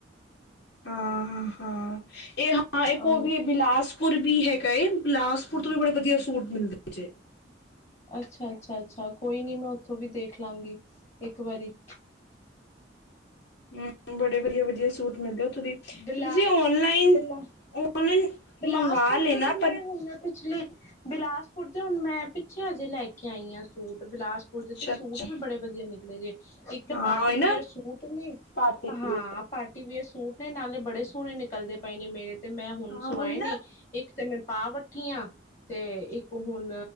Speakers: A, on the left; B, on the left.
A: ਹਾਂ-ਹਾਂ ਏ ਹਾਂ ਏ ਕੋ
B: ਉਹੀ
A: ਵੀ ਬਿਲਾਸ ਪੁਰ ਵੀ ਹੈਗਾ ਏ ਬਿਲਾਸਪੁਰ ਤੋਂ ਵੀ ਬੜੇ ਵਧੀਆ ਸੂਟ ਮਿਲਦੇ ਜੇ।
B: ਅੱਛਾ-ਅੱਛਾ-ਅੱਛਾ ਕੋਈ ਨੀ ਮੈਂ ਉੱਥੋਂ ਵੀ ਦੇਖ ਲਾਂਗੀ ਇੱਕ ਵਾਰੀ।
A: ਹੂੰ ਬੜੇ ਵਧੀਆ-ਵਧੀਆ ਸੂਟ ਮਿਲਦੇ ਓ ਤੁਸੀਂ
B: ਬਿਲਾ
A: ਓਨਲਾਈਨ
B: ਬਿਲਾ
A: ਓਨਲਾਈਨ
B: ਬਿਲਾਸਪੁਰ
A: ਮੰਗਾਂ ਲੇ
B: ਤੋਂ
A: ਨਾ
B: ਤੇ ਮੈਂ
A: ਪਰ
B: ਹੁਣ ਪਿਛਲੇ ਬਿਲਾਸਪੁਰ ਦੇ ਹੁਣ ਮੈਂ ਪਿੱਛੇ ਹਜੇ ਲੈ ਕੇ ਆਈ ਆ ਸੂਟ ਬਿਲਾਸ ਓਦੇ
A: ਅੱਛਾ-ਅੱਛਾ
B: ਤੇ ਸੂਟ ਵੀ ਬੜੇ ਵਧੀਆ ਨਿਕਲੇ ਜੇ। ਇੱਕ ਤਾਂ
A: ਹਾਂ
B: ਪਾਰਟੀਵਅਰ
A: ਉਹੀ ਨਾ
B: ਸੂਟ ਨੇ
A: ਪਾਰਟੀ
B: ਹਾਂ ਪਾਰਟੀਵਅਰ ਸੂਟ ਨਈ ਨਾਲੇ ਬੜੇ ਸੋਣੇ ਨਿਕਲਦੇ ਪਏ ਨੇ ਮੇਰੇ ਤੇ ਮੈਂ ਹੁਣ
A: ਹਾਂ
B: ਸੁਵਾਏ
A: ਉਹੀ ਨਾ
B: ਨੇ ਇੱਕ ਤੇ ਮੈਂ ਪਾ ਵੱਠੀ ਆ ਤੇ ਇੱਕ ਹੁਣ